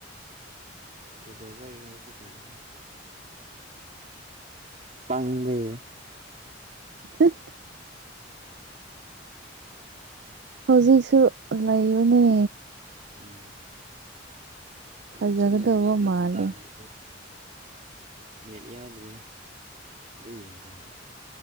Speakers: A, on the right; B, on the right.
A: ꯀꯩꯗꯧꯕꯩꯔꯥ ꯍꯧꯖꯤꯛꯀꯥꯟꯁꯦ ꯄꯥꯡꯕꯩꯔ
B: ꯍ <inaudible> ꯍꯧꯖꯤꯛꯁꯨ ꯂꯩꯕꯅꯦ
A: ꯎꯝ ꯍꯧꯖꯤꯛꯁꯨ
B: ꯐꯖꯒꯗꯧꯕ
A: ꯂꯩꯔꯤꯅꯦ ꯑꯗꯨ
B: ꯃꯥꯜꯂꯦ
A: ꯗꯥꯇ ꯂꯩ ꯅꯦꯠ ꯌꯥꯎꯗ꯭ꯔꯦ ꯑꯗꯨ ꯌꯦꯡꯈ꯭ꯔꯗꯤ